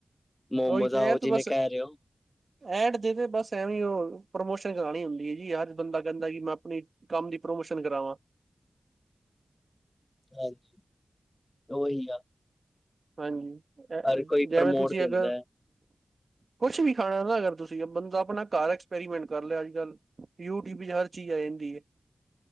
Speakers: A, on the left (about 20°); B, on the right (about 65°).
A: ਮੋਮੋ
B: ਉਹੀ
A: ਦਾ
B: ਤੇ
A: ਆ
B: ਇਹ
A: ਉਹ
B: ਤੇ
A: ਜਿਵੇਂ
B: ਬਸ
A: ਕਹਿ ਰਹੇ ਹੋ।
B: ਐਡ ਬਸ ਐਵੇਂ ਉਹ ਪ੍ਰਮੋਸ਼ਨ ਕਰਾਉਣੀ ਹੁੰਦੀ ਹੈ ਜੀ ਹਰ ਬੰਦਾ ਕਹਿੰਦਾ ਕਿ ਮੈਂ ਆਪਣੀ ਕੰਮ ਦੀ ਪ੍ਰਮੋਸ਼ਨ ਕਰਾਵਾਂ।
A: ਹਾਂਜੀ। ਉਹੀ ਆ।
B: ਹਾਂਜੀ। ਅ
A: ਹਰ ਕੋਈ
B: ਜਿਵੇਂ
A: ਪ੍ਰਮੋਟ
B: ਤੁਸੀਂ
A: ਦਿੰਦਾ
B: ਅਗਰ
A: ਹੈ।
B: ਕੁਛ ਵੀ ਖਾਣਾ ਨਾ ਅਗਰ ਤੁਸੀਂ ਬੰਦਾ ਆਪਣਾ ਘਰ ਐਕਸਪੈਰੀਮੈਂਟ ਕਰ ਲਿਆ ਅੱਜ ਕੱਲ। ਯੂਟਿਊਬ ਚ' ਹਰ ਚੀਜ਼ ਆ ਜਾਂਦੀ ਏ।